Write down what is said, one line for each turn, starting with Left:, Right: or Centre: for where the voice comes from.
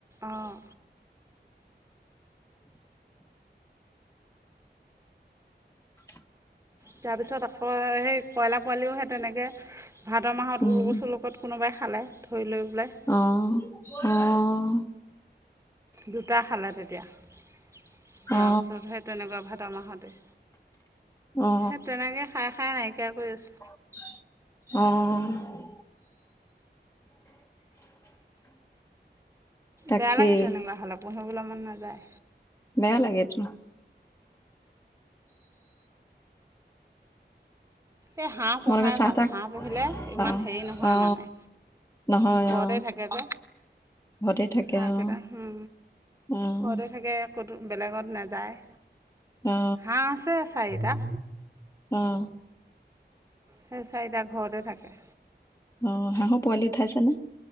Right: অঁ
Left: <unintelligible>
Right: তাৰপিছত আকৌ সেই কইলাৰ পোৱালিওহে তেনেকৈ ভাদৰ মাহত
Left: উম
Right: উৰুক চলক ক'ত কোনোবাই খালে ধৰি লৈ পেলাই
Left: অঁহ অঁ
Right: দুটা খালে তেতিয়া যোৱা
Left: অ
Right: বছৰত সেই তেনেকুৱা ভাদ মাহতে
Left: অ
Right: সে তেনেকে খাই খাই নাইকিয়া কৰি আছো
Left: অঁ অ তাকেই
Right: বেয়া লাগে তেনেকুৱা হ'লে পোহিবলে মন নাযায়
Left: বেয়া লাগে এটো
Right: এ হাঁহ
Left: তোমালোকে
Right: পোহাই
Left: চাহ
Right: ভাল
Left: তাহ
Right: হাঁহ পুহিলে ইমান
Left: অ
Right: হেৰি নহয়
Left: অ
Right: মানে
Left: নহয়
Right: ঘৰতে
Left: অ
Right: থাকে যে
Left: ঘৰতে থাকে
Right: হাঁহ
Left: অ
Right: কেইটা উম
Left: উম
Right: ঘৰতে থাকে ক'তো বেলেগত নাযায়,
Left: অ
Right: হাঁহ আছে চাৰিটা।
Left: উম',।
Right: সে চাৰিটা ঘৰতে থাকে।
Left: অ', হাঁহ পোৱালি উঠাইছে নে?